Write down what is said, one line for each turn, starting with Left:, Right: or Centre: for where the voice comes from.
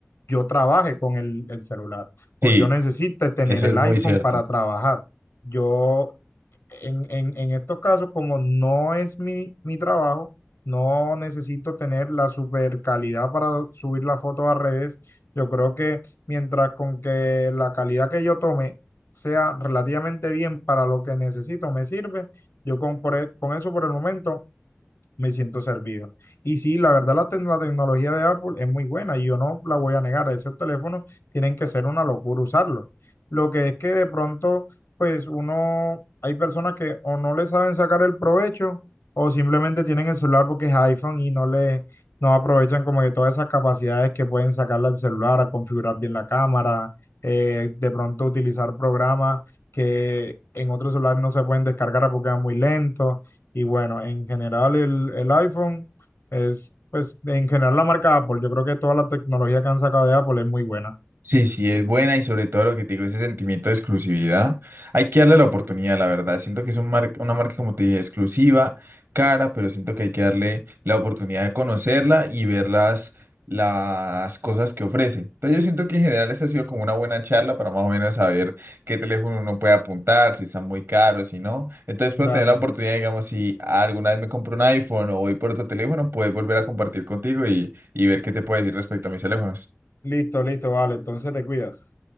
Left: yo trabaje con el, el celular o
Right: Sí,
Left: yo necesite tener
Right: eso
Left: el
Right: es muy
Left: iPhone
Right: cierto.
Left: para trabajar. Yo, en, en, en estos casos, como no es mi, mi trabajo, no necesito tener la super calidad para subir las fotos a redes. Yo creo que mientras con que la calidad que yo tome sea relativamente bien para lo que necesito, me sirve. Yo con, por e- con eso por el momento me siento servido. Y sí, la verdad la, te- la tecnología de Apple es muy buena y yo no la voy a negar. Ese teléfono tienen que ser una locura usarlo. Lo que es que de pronto, pues uno, hay personas que o no le saben sacar el provecho o simplemente tienen el celular porque es iPhone y no le, no aprovechan como que todas esas capacidades que pueden sacarle al celular, a configurar bien la cámara, eh, de pronto utilizar programas que en otros celulares no se pueden descargar porque van muy lentos y bueno, en general el, el iPhone es, pues, en general la marca Apple. Yo creo que toda la tecnología que han sacado de Apple es muy buena.
Right: Sí, sí, es buena y sobre todo lo que te digo, ese sentimiento de exclusividad, hay que darle la oportunidad, la verdad. Siento que es un mar- una marca, como te dije, exclusiva, cara, pero siento que hay que darle la oportunidad de conocerla y ver las, las cosas que ofrece. Entonces yo siento que en general esta ha sido como una buena charla para más o menos saber qué teléfono uno puede apuntar, si están muy caros, si no. Entonces puedo
Left: Dale.
Right: tener la oportunidad, digamos, si alguna vez me compro un iPhone o voy por otro teléfono, puedes volver a compartir contigo y, y ver qué te puedo decir respecto a mis teléfonos.
Left: Listo, listo, vale. Entonces te cuidas.